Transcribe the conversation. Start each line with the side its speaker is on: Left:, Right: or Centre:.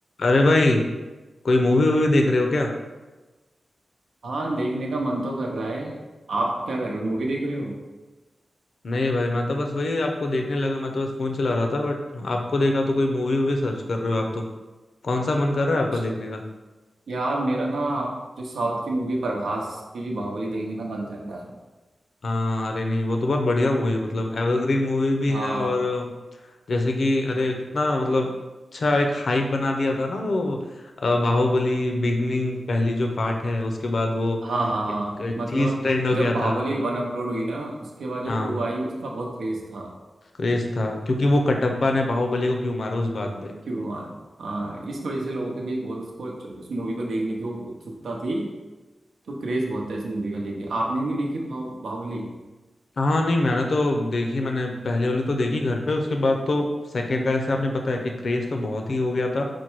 Left: अरे भाई कोई मूवी वूवी देख रहे हो क्या
Right: हाँ देखने का मन तो कर रहा है आप क्या कर रहे हो मूवी देख रहे हो
Left: नहीं भाई मैं तो बस वही आपको देखने लगा मैं तो बस फोन चला रहा था बट आपको देखा तो कोई मूवी वूवी सर्च कर रहे हो आप तो कौन सा मन कर रहा है
Right: अच्छा
Left: आपका देखने का
Right: यार मेरा ना जो साउथ की मूवी प्रभास की बाहुबली देखने का मन कर रहा है
Left: हाँ अरे नहीं वो तो बहुत बढ़िया मूवी है मतलब एवरग्रीन मूवी भी
Right: हाँ
Left: है और अ, जैसे कि अरे कितना मतलब अच्छा एक हाइप बना दिया था ना वो अ, बाहुबली बिगनिंग पहली जो पार्ट है उसके बाद वो
Right: हाँ हाँ हाँ।
Left: एक, एक
Right: मतलब
Left: चीज ट्रेंड हो
Right: जब
Left: गया
Right: बाहुबली
Left: था
Right: वन अपलोड हुई ना उसके बाद जब
Left: हाँ
Right: टू आई उसका बहुत क्रेज था
Left: क्रेज था क्योंकि वो कटप्पा ने बाहुबली को क्यों मारा उस बात पे
Right: क्यों यार हाँ इस वजह से लोगों के बीच बहुत उसको उस मूवी को देखने की उत्सुकता थी तो क्रेज बहुत था इस मूवी का लेके आपने भी देखी भाव बाहुबली
Left: हाँ नहीं मैंने तो देखी मैंने पहले वाली तो देखी घर पे उसके बाद तो सेकंड का जैसे आपने बताया कि क्रेज तो बहुत ही हो गया था